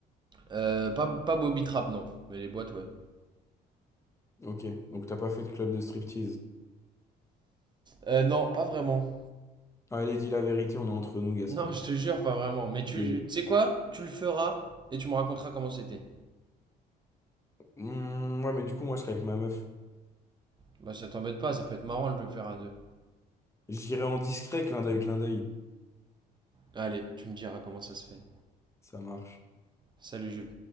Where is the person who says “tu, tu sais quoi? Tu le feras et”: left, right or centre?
Right